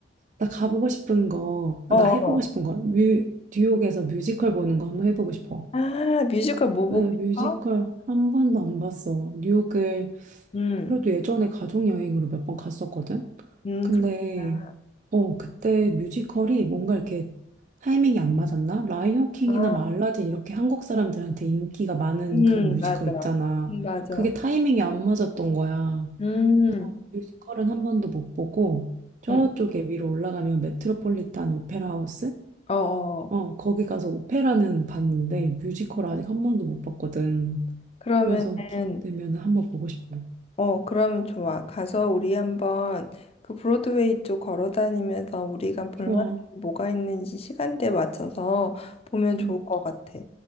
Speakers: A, on the right; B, on the left.
A: 나 가보고 싶은 거, 아,
B: 어.
A: 나 해보고
B: 어.
A: 싶은 거, 뉴, 뉴욕에서 뮤지컬 보는 거 한번 해보고 싶어.
B: 아, 뮤지컬 뭐 보고
A: 나 뮤지컬
B: 싶어?
A: 한 번도 안 봤어. 뉴욕을
B: 음.
A: 그래도 예전에 가족 여행으로 몇 번 갔었거든.
B: 음,
A: 근데
B: 그렇구나.
A: 어 그때 뮤지컬이 뭔가 이렇게 타이밍이 안 맞았나? 라이온 킹이나
B: 아,
A: 막 알라딘 이렇게 한국 사람들한테 인기가 많은
B: 음,
A: 그런 뮤지컬
B: 맞아.
A: 있잖아.
B: 음, 맞아.
A: 그게 타이밍이 안 맞았던 거야.
B: 음.
A: 뮤지컬은 한 번도 못 보고 저쪽에
B: 음.
A: 위로 올라가면 메트로폴리탄 오페라 하우스?
B: 어. 어.
A: 어, 거기 가서 오페라는 봤는데 뮤지컬 아직 한 번도 못 봤거든.
B: 그러면은
A: 그래서 기회되면 한 번 보고 싶어.
B: 어, 그러면 좋아. 가서 우리 한번 그 브로드웨이 쪽 걸어 다니면서 우리가 볼만한
A: 좋아.
B: 게 뭐가 있는지 시간대에 맞춰서 보면 좋을
A: 음.
B: 것 같아.